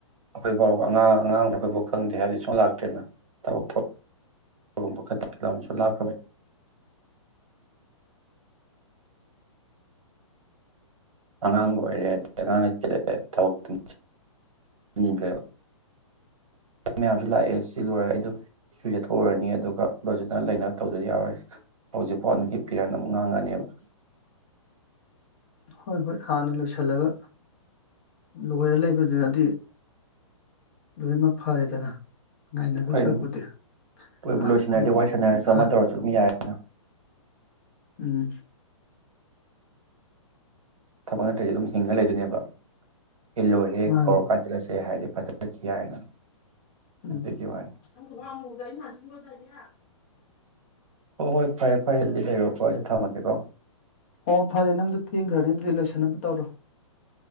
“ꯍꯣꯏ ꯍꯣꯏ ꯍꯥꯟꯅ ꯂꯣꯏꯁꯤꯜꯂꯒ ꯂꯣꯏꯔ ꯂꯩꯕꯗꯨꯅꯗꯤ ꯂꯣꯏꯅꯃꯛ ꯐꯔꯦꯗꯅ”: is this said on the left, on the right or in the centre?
Left